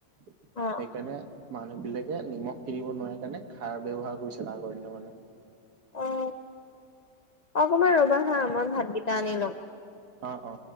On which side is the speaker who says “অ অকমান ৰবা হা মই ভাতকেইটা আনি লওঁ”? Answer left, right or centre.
Left